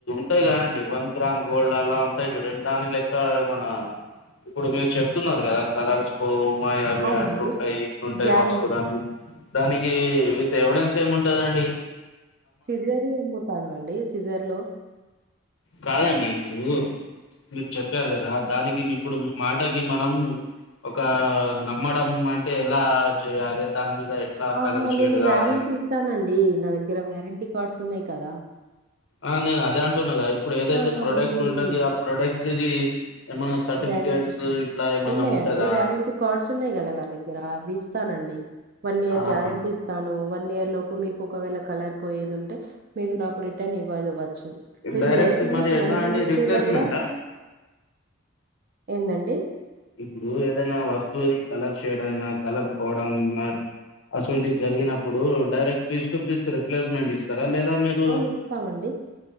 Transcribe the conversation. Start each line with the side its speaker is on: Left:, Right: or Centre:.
Left: ఉటాయి కాదండి వన్ గ్రామ్ గోల్డ్ అలా ఉంటాయి చూడండి దాని లెక్క ఏమనా ఇప్పుడు మీరు చెప్తున్నారు గా కలర్స్ పోవు మాయి అవి
Right: అవునండి.
Left: అట్లు ఉంటాయి ఇట్లుంటాయి
Right: గ్యారంటీ.
Left: వాష్ ఆని దానికి విత్ ఎవిడెన్స్ ఏమి ఉంటదండి
Right: సిజర్ ని అమ్ముతానండి సిజర్ లో
Left: కాదండి ఇప్పుడు మీరు చెప్పారు కదా దానికి మీ మీరు మాటకి మనం ఒక నమ్మడం అంటే ఎలా చేయాలి దాని మీద ఎట్లా
Right: ఆహా
Left: కలర్ షేడ్
Right: నేను వ్యారంటీ
Left: కాదని
Right: ఇస్తానండి నా దగ్గర వ్యారంటీ కార్డ్స్ ఉన్నాయి కదా
Left: ఆ నేను అదే అంటున్నాగా ఇప్పుడు ఏదైతే
Right: ఆహా!
Left: ప్రోడక్ట్
Right: ఉంది.
Left: ఉంటది
Right: ఉంది.
Left: ఆ ప్రొడక్ట్ ఇది సర్టిఫికేట్స్
Right: వారంటీ ఉన్నాయండి
Left: ఉంటదా
Right: వారంటీ కార్డ్స్ ఉన్నాయి కదా నా దగ్గర అవి ఇస్తానండి వన్ ఇయర్
Left: ఆహా
Right: గ్యారంటీ ఇ స్తాను వన్ ఇయర్ లోపు మీకు ఒకవేళ కలారిపోయేది ఉంటే మీరు నాకు రిటర్న్ ఇవ్వ ఇవ్వచ్చు మీరు
Left: డైరెక్ట్
Right: ఎయిట్ మంత్స్
Left: మరి ఎలా
Right: నైన్
Left: అండి
Right: మంత్స్
Left: రీప్లేస్మెంటా
Right: లో కూడా ఏందండి
Left: ఇప్పుడు ఏదైనా వస్తువుది కలర్ షేడ్ అయినా కలర్ పోవడం అ అసవంటి జరిగినప్పుడు direct piece to piece replacement ఇస్తారా లేదా మీరు
Right: అవును. ఇస్తామండి.